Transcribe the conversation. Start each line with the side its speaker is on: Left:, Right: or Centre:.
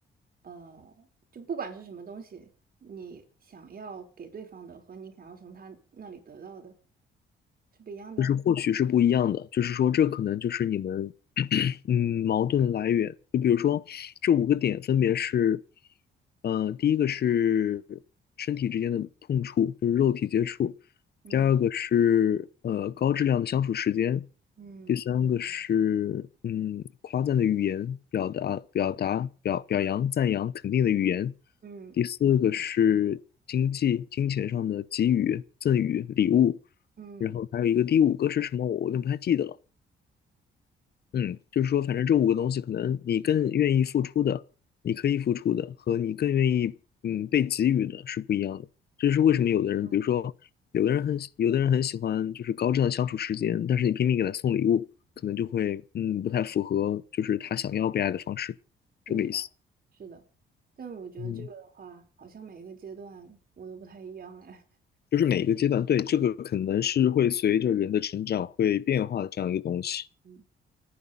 Right: 呃，就不管是什么东西，你想要给对方的和你想要从他那里得到的是不一样的。
Left: 就是或许是不一样的，就是说这可能就是你们 <clears throat> 嗯矛盾的来源。就比如说这五个点分别是，呃，第一个是身体之间的碰触，就是肉体接触；
Right: 嗯
Left: 第二个是呃高质量的相处时间；
Right: 嗯
Left: 第三个是嗯夸赞的语言，表达表达表表扬赞扬肯定的语言；
Right: 嗯
Left: 第四个是经济金钱上的给予赠与礼物。
Right: 嗯，
Left: 然后还有一个第五个是什么，我有点不太记得了。嗯，就是说，反正这五个东西，可能你更愿意付出的，你可以付出的，和你更愿意嗯被给予的是不一样的。这就是为什么有的人，
Right: 嗯，
Left: 比如说有的人很有的人很喜欢就是高质量相处时间，
Right: 确
Left: 但是你拼命给他送礼物，可能就会嗯不太符合就是他想要被爱的方式，
Right: 对的，
Left: 这个意思。
Right: 是的，但我觉得这个的话，
Left: 嗯，
Right: 好像每个阶段我都不太一样哎。<laughs>
Left: 就是每一个阶段，对，这个可能是会随着人的成长会变化的这样一个东西。
Right: 嗯